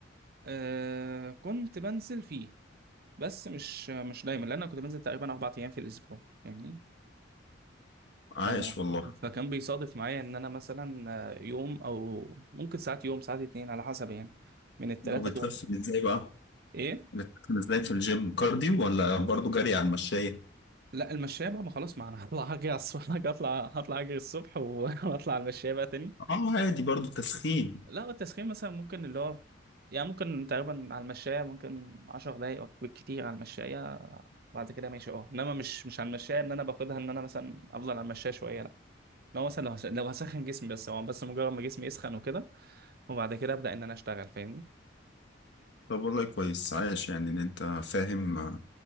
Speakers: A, on the right; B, on the left.
A: آه كنت بنزل فيه بس مش مش دايما لان انا كنت بنزل تقريبا اربع ايام في الاسبوع فاهمني
B: عايش
A: ف...
B: والله
A: فكان بيصادف معايا ان انا مثلا آه، يوم او ممكن ساعات يوم ساعات اتنين على حسب يعني من التلاتة
B: وبتخسر
A: دول
B: ازاي بقى
A: ايه
B: بتخسر ازاي في الجيم كارديو ولا برضو جري على المشاية
A: لا المشاية بقى ما خلاص ما انا <laughs> هطلع هجري على الصبح هطلع هطلع اجري الصبح و- <laughs> واطلع على المشاية بقى تاني
B: اه عادي برضو تسخين
A: لا هو التسخين مثلا ممكن اللي هو يعني ممكن تقريبا على المشاية ممكن عشر دقايق أو بالكتير على المشاية بعد كده ماشي اه انما مش مش على المشاية ان انا باخدها ان انا مثلا افضل على المشاية شوية لا لو مثلا لو هس- لو هسخن جسمي بس هو بس مجرد ما جسمي يسخن وكده وبعد كده ابدا ان انا اشتغل فاهمني
B: طب والله كويس عايش يعني ان انت فاهم